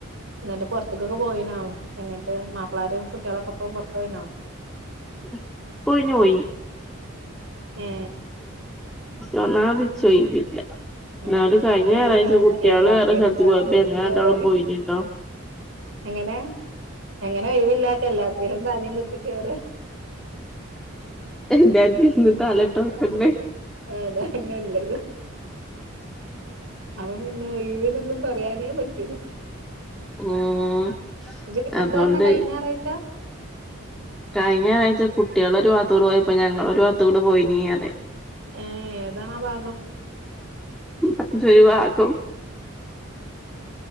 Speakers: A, on the right (about 65°); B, in the centre.
A: എന്നിട്ട് പുറത്തേക്കൊക്കെ പോയിനോ എങ്ങിട്ട് മാപ്പിളാര കുട്ടികളൊക്കെ ഇപ്പ പുറത്തു പോയിനോ
B: <unintelligible> ഇല്ല
A: ഏ
B: ഒന്നാമത് ഇച് ഒഴിവില്ല
A: ഉം
B: എന്നാല് കഴിഞ്ഞ
A: എങ്ങനെ ഒഴിവില്ലാതെ
B: ഞായറാഴ്ച കുട്ടികള്
A: എല്ലാത്തിനും
B: വേറെ സ്ഥലത്ത്
A: തലയും
B: പോയപ്പ
A: കുത്തി
B: ഞങ്ങൾ
A: കേറല്
B: രണ്ടാളും പോയിനു കേട്ടോ
A: എങ്ങനെ എങ്ങനെ ഒഴിവില്ലാക്ക എല്ലാത്തലും തലേം കുത്തി കയറ
B: എല്ലാത്തിലും ഒന്ന് തലേട്ടോക്കണ്ട
A: ആതാ ഇന്നുള്ളത് അപ പിന്നെ ഒഴിവിനൊന്നും പറയാനേ പറ്റൂല
B: ഉം
A: ജ്ജ് എന്താ
B: അതോണ്ട്
A: പറഞ്ഞെ കഴിഞ്ഞ ഞായറാഴ്ച
B: കഴിഞ്ഞ ഞയറാഴ്ച കുട്ടേൾ ഒരു ഭഗത്തൂട് പോയപ്പോ ഞങ്ങളും ഒരു ഭാഗത്കൂടെ പോയി നീ പറയ
A: ഏതാണാ ഭാഗം
B: അതൊരു ഭാഗം